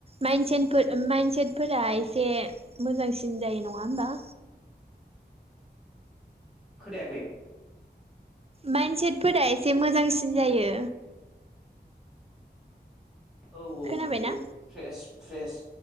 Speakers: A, on the right (about 35°); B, in the centre.
A: माइन सेेनफोर माइन्डसेटफोरा एसे मोजांसिन जायो नङा होमबा
B: खोनायाखै
A: माइन्दसेटफोरा एसे मोजांसिन जायो
B: औ औ
A: खोनाबायना
B: नंगौ फ्रेश फ्रेश